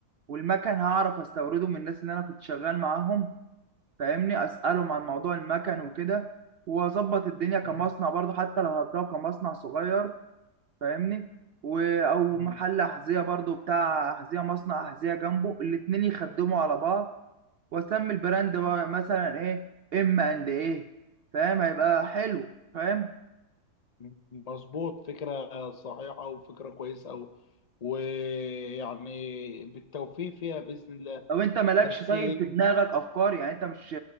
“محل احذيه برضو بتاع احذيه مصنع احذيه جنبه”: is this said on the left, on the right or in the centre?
Right